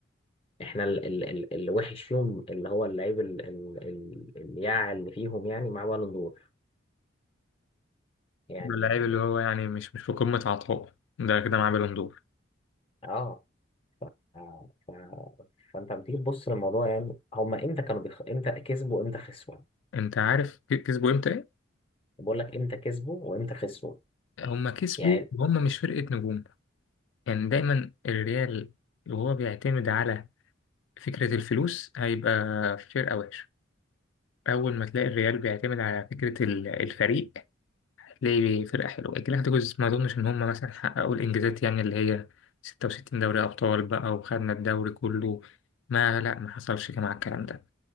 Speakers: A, on the left; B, on the left.
A: احنا ال ال ال اللي وحش فيهم اللي هو اللعيب ال ال ال الياع اللي فيهم يعني مع بالون دور يعني
B: اللعيب اللي هو يعني مش مش في قمة عطائه ده كده معاه بالون دور
A: اه آه، ف فانت لما تيجي تبص للموضوع يعني هما امتى كانوا بيخ... امتى كسبوا وامتى خسروا
B: انت عارف ك- كسبوا امتى ايه؟
A: بقول لك امتى كسبوا وامتى خسروا
B: هما كسبوا
A: يعني
B: وهم مش فرقة نجوم يعني دايما الريال وهو بيعتمد على فكرة الفلوس هيبقى فرقة وحشة أول ما تلاقي الريال بيعتمد على فكرة ال- الفريق هتلاقي فرقة حلوة الجلاكتيكوس ما أظنش إن هما مثلا حققوا الإنجازات يعني اللي هي 66 دوري أبطال بقى وخدنا الدوري كله ما لا ما حصلش مع الكلام ده